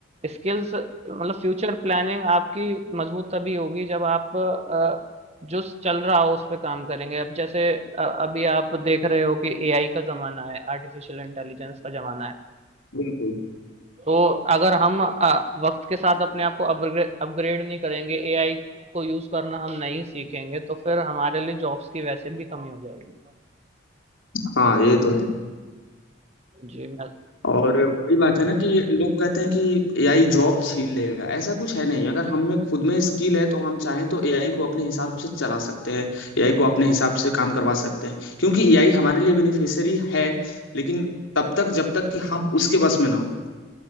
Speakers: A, on the right; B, on the left.
A: स्किल्स मतलब फ्यूचर प्लानिंग आपकी मजबूत तभी होगी जब आप अ, जो चल रहा हो उस पे काम करेंगे अब जैसे अ, अभी आप देख रहे हो कि एआई का जमाना है आर्टिफिशियल इंटेलिजेंस का जमाना है
B: बिल्कुल
A: तो अगर हम अ, वक्त के साथ अपने आप को अपग्रेड अपग्रेड नहीं करेंगे एआई को यूज करना हम नहीं सीखेंगे तो फिर हमारे लिए जॉब्स की वैसे भी कमी हो जाएगी
B: हाँ ये तो है
A: जी मैं
B: और वही बात है ना कि लोग कहते हैं कि एआई जॉब छीन लेगा ऐसा कुछ है नहीं अगर हम में खुद में स्किल है तो हम चाहें तो एआई को अपने हिसाब से चला सकते हैं एआई को अपने हिसाब से काम करवा सकते हैं क्योंकि एआई हमारे लिए बेनिफिशियरी है लेकिन तब तक जब तक कि हम उसके वश में ना हो